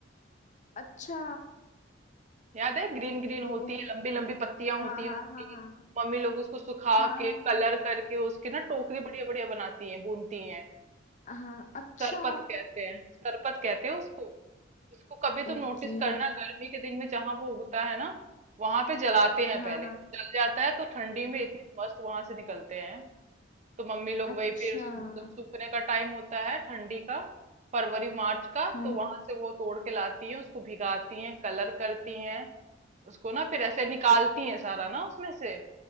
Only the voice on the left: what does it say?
अच्छा
तो
वो
हाँ
हाँ
हाँ हाँ
हाँ हाँ
हाँ
हाँ अच्छा
ओके
हाँ
हाँ
अच्छा
हम्म
हम्म,